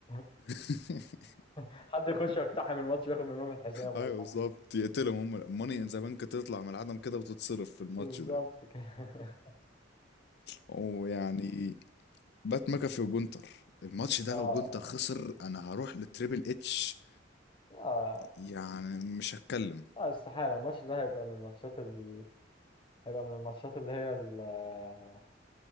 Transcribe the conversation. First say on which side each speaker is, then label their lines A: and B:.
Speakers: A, on the left; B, on the left.
A: <laughs>
B: <laughs>
A: حد يخش يقتحم الماتش وياخد منهم الحزام
B: ايوه
A: ولا حاجة.
B: بالظبط يقتلهم هم ماني ان ذا بانك تطلع من العدم كده وتتصرف في الماتش
A: بالظبط
B: ده
A: كده <laughs>
B: ويعني بات ماكافي وجونتر الماتش ده
A: آه.
B: لو جونتر خسر انا هروح للتريبل اتش
A: آه.
B: يعني مش هتكلم
A: آه استحالة الماتش ده هيبقى من الماتشات ال... هيبقى من الماتشات اللي هي ال... آه،